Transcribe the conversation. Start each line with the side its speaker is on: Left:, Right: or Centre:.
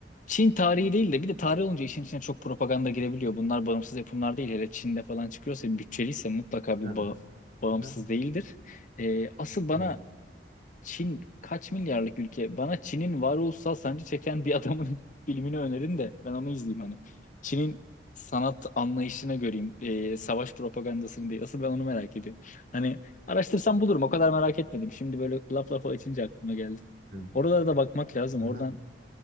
Left: Çin tarihi değil de bir de tarih olunca işin içine çok propaganda girebiliyor. Bunlar bağımsız yapımlar değil. Hele Çin'de falan çıkıyorsa bütçeliyse mutlaka
Right: Tabii.
Left: bir ba- bağımsız
Right: Aha,
Left: değildir. Ee, asıl bana
Right: Evet,
Left: Çin kaç milyarlık ülke? Bana Çin'in varoluşsal sancı çeken bir adamın <laughs> filmini önerin de ben onu izleyeyim hani. Çin'in sanat anlayışına göreyim. e, savaş propagandasını değil. Asıl ben onu merak ediyorum. Hani araştırsam bulurum. O kadar merak etmedim. Şimdi böyle laf lafa açınca aklıma geldi.
Right: evet.
Left: Oralara da bakmak lazım.
Right: Aha.
Left: Oradan